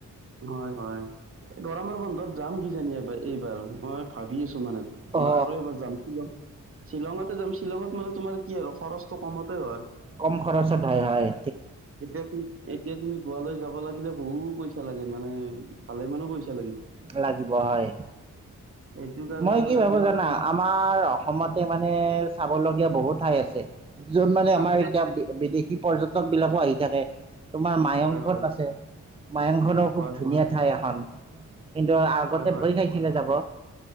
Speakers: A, on the right; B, on the right.
A: হয়-হয় গৰমৰ বন্ধত যাম কি জানি এইবাৰ এইবাৰ মই ভাবি আছো মানে। তোমাৰ
B: অ
A: আৰু এবাৰ যাম কি যাম। শ্বিলঙতে যাম শ্বিলঙত মানে তোমাৰ কি আৰু খৰচটো কমতে হয়।
B: কম খৰচত হয়-হয়।
A: এতিয়া। এতিয়া তুমি গোৱালৈ যাব লাগিলে বহুত পইচা লাগে মানে ভালে মানো পইচা লাগিব।
B: লাগিব হয়।
A: সেইটো কাৰণে
B: মই
A: মানে
B: কি ভাবো
A: তোমাৰ
B: জানা আমাৰ অসমতে মানে। চাবলগীয়া বহুত ঠাই আছে। যত মানে আমাৰ
A: আছে
B: এতিয়া বিদেশী পৰ্যটক বিলাকো আহি থাকে। তোমাৰ মায়ংখন
A: হয় হয়
B: আছে মায়ংখননৰ খুব
A: হয়
B: ধুনীয়া
A: হয়
B: ঠাই এখন। কিন্তু আগতে
A: হয় হয়
B: ভয় খাইছিলে যাব।